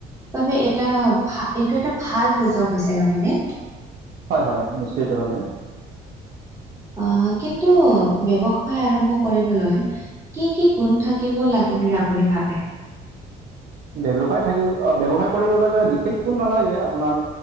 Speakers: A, on the right; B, on the right.
A: বাবে এটা এইটো এটা ভাল সুযোগ হৈছে নহয় নে?
B: হয়, হয় নিশ্চিতভাৱে।
A: অ', কিন্তু ব্যৱসায় আৰম্ভ কৰিবলৈ কি কি গুণ থাকিব লাগে বুলি আপুনি ভাৱে?
B: ব্যৱসায় থাকিব আহ ব্যৱসায় কৰিবলৈ বিশেষ গুণ নালাগে আপোনাৰ